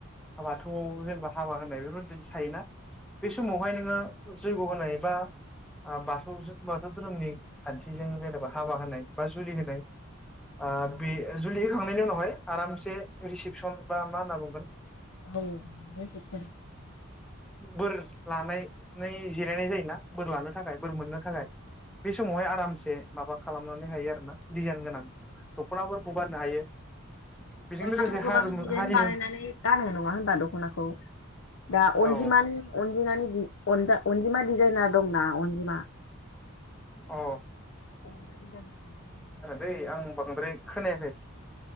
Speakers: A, in the centre; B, on the left.
A: बाथौआव जेनेबा हाबा होनाय बेफोरबायदि थायोना बे समावहाय नोङो जैग' होनाय बा ओ बाथौजों बाथौ धोरोमनि खान्थिजों जेनेबा हाबा होनाय, बा जुलि होनाय ओ बे जुलि होखांनायनि उनावहाय आरामसे रिसिपसन बा मा होनना बुंगोन,
B: <unintelligible>
A: बोरलानाय नै जिरायनाय जायोना? बोर लानो थाखाय बोर मोननो थाखाय बे समावहाय आरामसे माबा खालाम, <unintelligible> आरो ना डिजाइन गोनां दखनाफोरखौ गाननो हायो, बेजों
B: दानाथ'
A: लोगोसे
B: गोबां
A: हारिमु
B: डिजाइन
A: हारिमु
B: बानायनानै गानो नङा ओनबा दखनाखौ दा अनजिमानि
A: औ
B: अनजिमानि बि अनिथा अनजिमा डिजाइन दंना? अनजिमा।
A: अ
B: <unintelligible>
A: दै आं बांद्राय खोनायाखै,